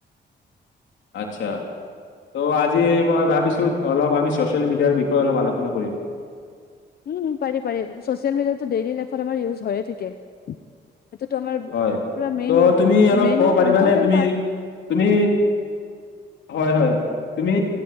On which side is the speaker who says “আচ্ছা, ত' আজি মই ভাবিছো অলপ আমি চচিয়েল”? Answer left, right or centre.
Left